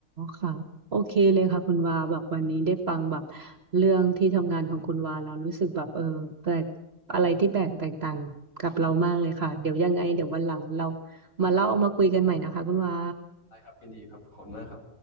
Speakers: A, on the right (about 50°); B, on the left (about 80°).
A: ค่ะโอเคเลยค่ะคุณวาแบบวันนี้ได้ฟังแบบเรื่องที่ทำงานของคุณวาแล้วรู้สึกแบบเออแปลกอะไรที่แปลกแตกต่างกับเรามากเลยค่ะเดี๋ยวยังไงเดี๋ยววันหลังเรา
B: อื
A: มาเล่ามาคุยกันใหม่นะคะคุณวา
B: ได้ครับยินดีครับขอบคุณมากครับ